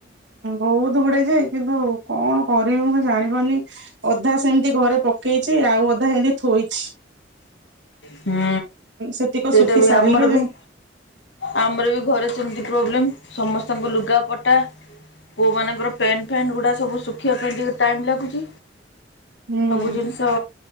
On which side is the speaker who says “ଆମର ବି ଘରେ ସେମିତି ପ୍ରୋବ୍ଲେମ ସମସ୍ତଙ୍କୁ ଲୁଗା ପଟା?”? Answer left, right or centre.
Left